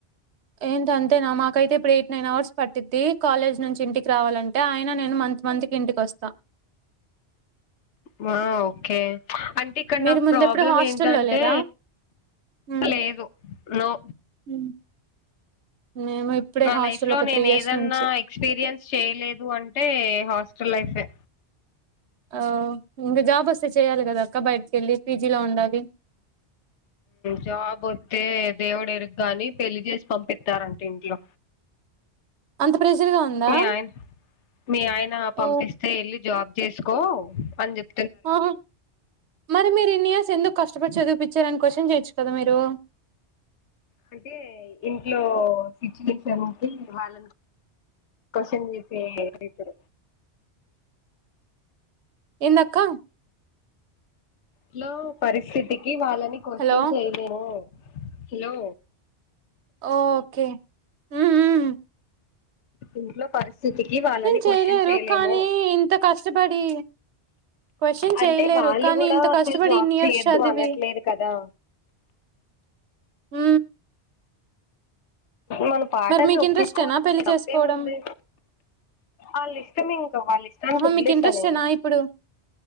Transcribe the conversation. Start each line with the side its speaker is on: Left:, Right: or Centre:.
Right: ఏంటి అంతేనా మాకైతే ఇప్పుడు ఎయిట్ నైన్ అవర్స్ పట్టిద్ది కాలేజ్ నుంచి ఇంటికి రావాలంటే అయిన నేను మంత్ మంత్ ఇంటికి వస్తా
Left: వా ఓకే అంటే ఇక్కడ
Right: మీరు
Left: నా
Right: ముందెప్పుడు
Left: ప్రాబ్లం
Right: హాస్టల్లో
Left: ఏంటంటే
Right: లేరా హ్మ్
Left: లేదు నో
Right: హ్మ్ మేము ఇప్పుడే
Left: నా
Right: హాస్టల్
Left: లైఫ్ లో
Right: ఒక
Left: నేను
Right: త్రీ ఇయర్స్
Left: ఏదన్నా
Right: నుంచి
Left: ఎక్స్పీరియన్స్ చేయలేదు అంటే హాస్ స్టల్ లైఫె
Right: ఒ ఇంకా జాబ్ వస్తే చేయ్యాలి కదా అక్క బయటికి వెళ్ళి పీజిలో ఉండాలి
Left: జాబ్ వత్తే దేవుడు ఎరుగుగాని పెళ్లి చేసి పంపిత్తరంట ఇంట్లో
Right: అంత ప్రెజర్ గా ఉందా
Left: మీ ఆయన మీ ఆయన
Right: ఓ
Left: పంపిస్తే ఎళ్ళి జాబ్ చేసుకో అని చెప్
Right: ఆ మరి మీరు ఇన్ని ఇయర్స్ ఎందుకు కష్ కష్టపడి చదివిపించారని క్వశ్చన్ చేయొచ్చు కదా మీరు
Left: అంటే ఇంట్లో సిచ్యువేషన్స్ వాళ్ళని క్వశ్చన్ చేసే రైటు
Right: ఎందక్క
Left: ట్లో పరిస్థితికి వాళ్ళని క్వశ్చన్
Right: హలో
Left: చేయలేము హలో
Right: ఓకే ఉ ఉ
Left: ఇంట్లో పరిస్థితికి వాళ్ళని క్వశ్చన్
Right: చేయలేరు
Left: చేయలేము
Right: కానీ ఇంత కష్టపడి క్వశ్చన్ చేయలేరు
Left: అంటే వాళ్ళు
Right: కానీ
Left: కూడా
Right: ఇంత
Left: అసలు
Right: కష్టపడి
Left: జాబ్
Right: ఇన్ని ఇయర్స్
Left: చేయొద్దు
Right: చదివి
Left: అనట్లేదు కదా
Right: ఉ
Left: మన పాటర్ని
Right: మీకు
Left: ఒప్పించుకోవడమే
Right: ఇంట్రెస్టేనా పెళ్లి
Left: తప్పేముంది
Right: చేసుకోవడం
Left: ఆ లిస్టమ్ ఇంక వాళ్ళ ఇష్టానికి
Right: ఆహా!
Left: వదిలేసా
Right: మీకు ఇంట్రెస్టేనా
Left: నేను
Right: ఇప్పుడు?